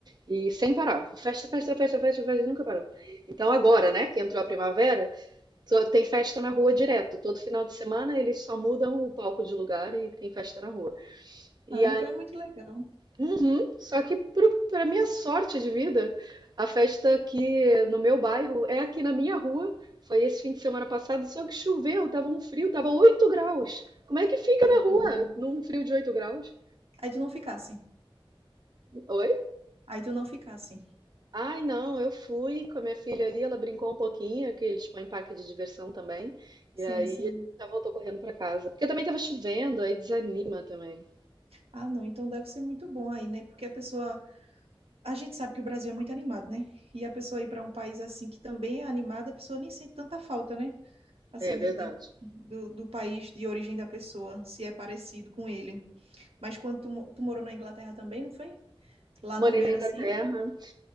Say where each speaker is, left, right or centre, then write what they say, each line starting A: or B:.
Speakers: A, on the right (about 45°); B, on the right (about 90°).
A: e sem parar. Festa, festa, festa, festa, festa, nunca parou. Então agora, né, que entrou a primavera, só tem festa na rua direto. Todo final de semana eles só mudam o palco de lugar e tem festa na rua. E
B: Ah, então é muito legal.
A: Uhum. Só que pro- pra minha sorte de vida, a festa aqui no meu bairro é aqui na minha rua. Foi esse fim de semana passado, só que choveu, tava um frio, tava 8 graus. Como é que fica
B: Eita.
A: na rua num frio de 8 graus?
B: Aí tu não ficasse.
A: Oi?
B: Aí tu não ficasse.
A: Ai, não, eu fui com a minha filha ali, ela brincou um pouquinho, que eles põem parque de diversão também.
B: Sim,
A: E aí
B: sim.
A: já voltou correndo pra casa. Porque também tava chovendo, aí desanima também.
B: Ah, não, então deve ser muito bom aí, né? Porque a pessoa A gente sabe que o Brasil é muito animado, né? E a pessoa ir para um país assim que também é animado, a pessoa nem sente tanta falta, né? Assim,
A: É, é verdade.
B: de, de- do, do país de origem da pessoa, se é parecido com ele. Mas quando tu, mo- tu morou na Inglaterra também, não foi? Lá
A: Morei
B: também
A: na
B: era
A: Inglaterra.
B: assim?